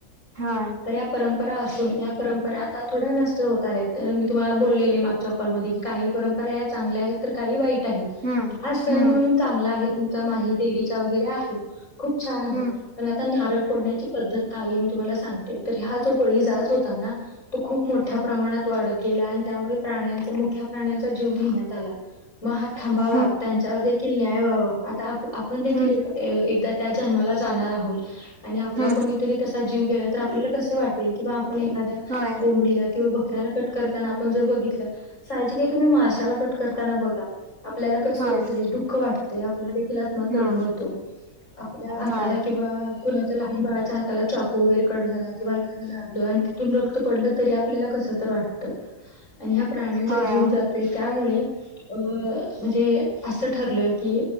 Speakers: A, on the right; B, on the left.
A: हा,
B: तर या परंपरा असून या परंपरा आता थोड्या नष्ट होत. आल्या तर मी तुम्हाला बोललेली मागच्या कॉलमध्ये की. काही परंपरा या चांगल्या आहेत तर काही वाईट आहेत.
A: हम्म
B: हा सण
A: हम्म
B: म्हणून चांगला आहे तुमचा माही देवीचा वगैरे आहे. खूप छान आहे
A: हम्म
B: पण आता नारळ. फोडन्याची पद्धत आलि मी तुम्हाला सांगते. तर हा जो बळी जात होता ना तो खूप मोठ्या
A: हम्म
B: प्रमाणात. वाढत गेला आणि त्यामुळे प्राण्यांचा मुख्या प्राण्यांचा जीव घेण्यात आला. म हा थांबावा.
A: हम्म हम्म
B: त्यांच्यावर देखील न्याय व्हावा. आता आप - आपण देखील
A: हम्म
B: एक ए -एकदा त्या जन्माला जाणार आहोत आणि आपला
A: हम्म
B: कोणीतरी तस जीव गेला तर आपल्याला कस वाटेल किंवा आपण एखाद्या
A: होय
B: कोंबडीला किंवा बकऱ्याला कट करताना आपण जर बघितलं. साहजिक आहे तुम्ही माशाला कट करताना बघा. आपल्याला कसं
A: होय
B: होतंय? दुःख वाट तय. आपला देखील आत्मा तळमळतो.
A: हम्म
B: आपल्या हाताला
A: होय
B: किंवा च्या लहान बाळाच्या हाताला चाकू वगैरे कट झाला किंवा एखाद लागल आणि तिथून रक्त पडलं तरी आपल्याला कसं तर वाटत. आणि ह्या प्राण्यांचा
A: होय
B: जीव जातोय. त्यामुळे अ म्हणजे असं ठरलं की